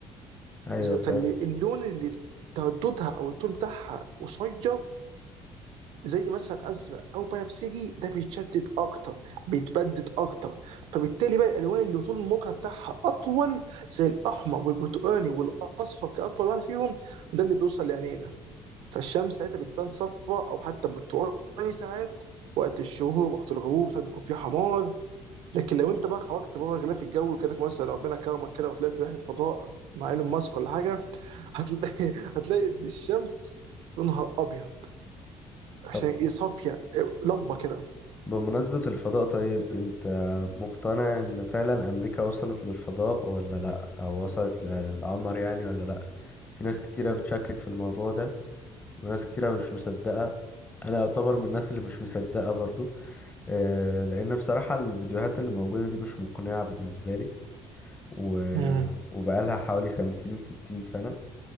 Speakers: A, on the left; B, on the right.
A: ايوه
B: ز- فاللون
A: فاهم
B: اللي ترددها او الطول بتاعها قصير زي مثلا ازرق او بنفسجي ده بيتشدد اكتر بيتبدد اكتر فبالتالي بقى الالوان اللي طول الموجه بتاعها اطول زي الاحمر والبرتقاني والاصفر كاطول واحد فيهم ده اللي بيوصل لعينينا فالشمس ساعتها بتبان صفراء او حتى برتقاني ساعات وقت الشهور وقت الغروب ساعات بيكون فيه حمار لكن لو انت بقى خرجت بره غلاف الجو كانك مثلا ربنا كرمك كده وطلعت رحله فضاء مع ايلون ماسك ولا حاجه هتلاقي <laughs> هتلاقي الشمس لونها ابيض عشان
A: طب
B: يصفي لمبه كده
A: بمناسبة الفضاء طيب انت مقتنع ان فعلا امريكا وصلت للفضاء ولا لا او وصلت للقمر يعني ولا لا في ناس كتيرة بتشكك في الموضوع ده وناس كتيرة مش مصدقة انا يعتبر من الناس اللي مش مصدقة برضو آه لان بصراحة الفيديوهات اللي موجودة دي مش مقنعة بالنسبة لي و...
B: امم
A: وبقالها حوالي خمسين ستين سنة